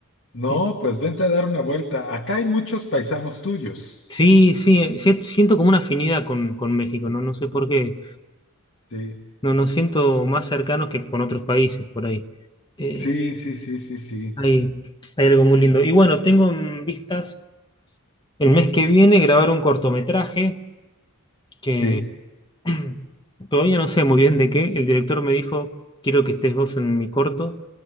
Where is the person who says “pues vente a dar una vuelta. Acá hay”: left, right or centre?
Left